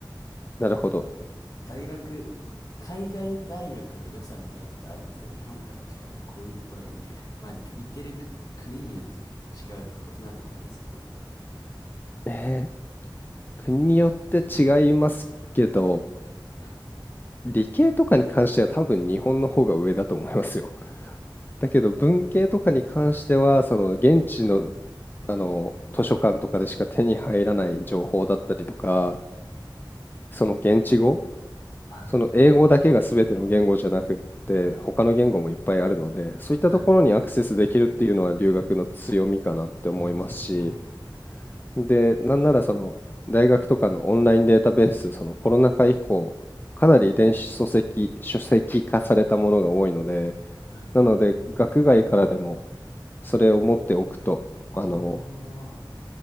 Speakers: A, on the left; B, on the left.
A: なるほど。
B: 大学、海外大学の良さみたいなのってあるんですか日本とは違ってこういうところが、まあ、行ってる国によって違う、異なると思うんですけど。
A: えー、国によって違いますけど、
B: はい。
A: 理系とかに関しては多分日本の方が上だと思いますよ。だけど文系とかに関してはその現地の、あの図書館とかでしか手に入らない情報だったりとかその現地語
B: は
A: その英語だけが全ての言語じゃなくって他の言語もいっぱいあるのでそういったところにアクセスできるっていうのは留学の強みかなって思いますし
B: い。はいおー。
A: でなんならその大学とかのオンラインデータベースそのコロナ禍以降かなり電子書籍書籍化されたものが多いので
B: はい。
A: なので、学外からでもそれを持っておくと、
B: ああ。
A: あの、